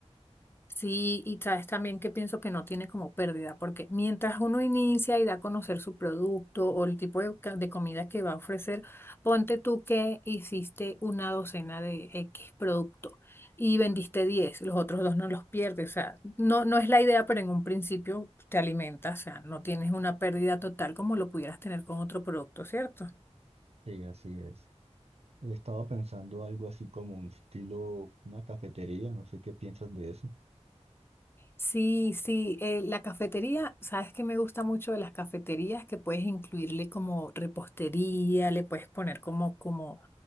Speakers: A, on the left (about 20°); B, on the right (about 60°).
A: Sí, y sabes también que pienso que no tiene como pérdida, porque mientras uno inicia y da a conocer su producto o el tipo de, ca- de comida que va a ofrecer, ponte tú que hiciste una docena de X producto y vendiste 10, los otros dos no los pierdes, o sea, no, no es la idea, pero en un principio te alimentas, o sea, no tienes una pérdida total como lo pudieras tener con otro producto, ¿cierto?
B: Sí, así es. Estaba pensando algo así como un estilo, una cafetería, no sé qué piensas de eso.
A: Sí, sí, eh, la cafetería, sabes que me gusta mucho de las cafeterías que puedes incluirle como repostería, le puedes poner como, como